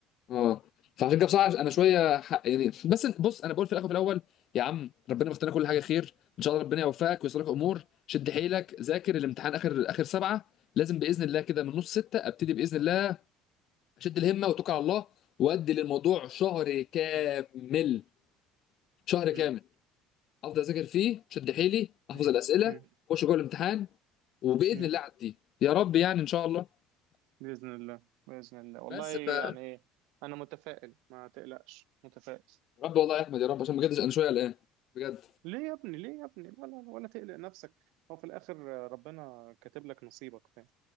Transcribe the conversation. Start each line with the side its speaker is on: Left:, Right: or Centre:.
Left: اه فعشان كده بصراحه انا شويه حق يعني بس بص انا بقول في الاخر وفي الاول يا عم ربنا مختار كل حاجه خير ان شاء الله ربنا يوفقك ويسر لك امور شد حيلك ذاكر الامتحان اخر اخر سبعه لازم باذن الله كده من نص سته ابتدي باذن الله اشد الهمه واتوكل على الله وادي للموضوع شهر كامل
Right: مم.
Left: شهر كامل
Right: مم.
Left: افضل اذاكر فيه شد حيلي
Right: مم.
Left: احفظ الاسئله
Right: مم.
Left: اخش جوه الامتحان وباذن
Right: مم.
Left: الله اعدي يا رب يعني ان شاء الله
Right: بإذن الله بإذن الله والله
Left: بس ف يا
Right: يعني أنا متفائل ما تقلقش متفائل
Left: رب والله يا احمد يا رب عشان بجد انا شويه قلقان بجد
Right: ليه يا ابني ليه يا ابني ولا ولا تقلق نفسك هو في الآخر ربنا كاتب لك نصيبك فاهم